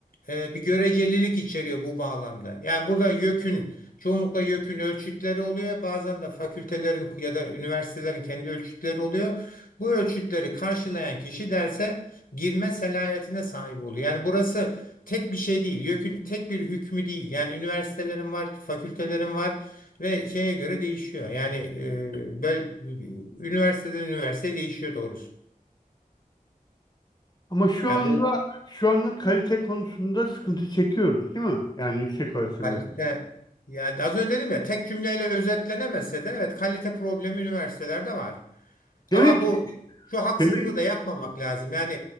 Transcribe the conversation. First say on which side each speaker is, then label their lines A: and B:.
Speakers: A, on the left; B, on the left.
A: e, bir görecelilik içeriyor bu bağlamda. Yani burada YÖK'ün çoğunlukla YÖK'ün ölçütleri oluyor. Bazen de fakültelerin ya da üniversitelerin kendi ölçütleri oluyor. Bu ölçütleri karşılayan kişi derse girme selahiyetine sahip oluyor. Yani burası tek bir şey değil. YÖK'ün tek bir hükmü değil. Yani üniversitelerin var, fakültelerin var ve şeye göre değişiyor. Yani e, böyle üniversiteden üniversiteye değişiyor doğrusu.
B: ama şu
A: Yani
B: anda
A: bu
B: şu anda kalite konusunda sıkıntı çekiyoruz değil mi? Yani yüksek öğretimde.
A: Kalite yani az önce dedim ya tek cümleyle özetlenemese de evet kalite problemi üniversitelerde var.
B: Demek
A: Ama bu
B: ki,
A: şu haksızlığı
B: demek
A: da yapmamak lazım. Yani